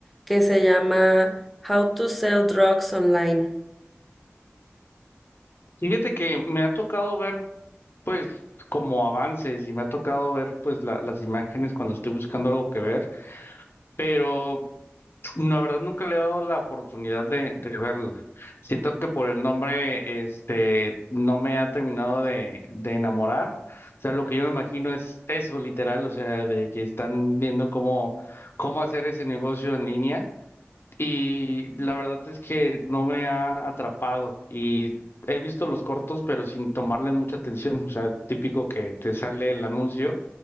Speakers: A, in the centre; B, on the left.
A: que se llama How to Sell Drugs Online.
B: Fíjate que me ha tocado ver pues como avances y me ha tocado ver pues la- las imágenes cuando estoy buscando algo que ver, pero La verdad nunca le he dado la oportunidad de, de verla. Siento que por el nombre, este, no me ha terminado de, de enamorar. O sea, lo que yo me imagino es eso, literal, o sea, de que están viendo cómo, cómo hacer ese negocio en línea. Y la verdad es que no me ha atrapado. Y he visto los cortos, pero sin tomarle mucha atención. O sea, típico que te sale el anuncio